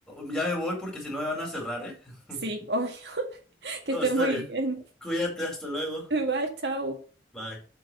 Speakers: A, in the centre; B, on the right.
A: ya me voy porque si no me van a cerrar, ¿eh? <laughs>
B: Sí, obvio, <laughs> que
A: Oh,
B: estén
A: está
B: muy
A: bien.
B: bien.
A: Cuídate, hasta luego.
B: Igual, chao.
A: Bye.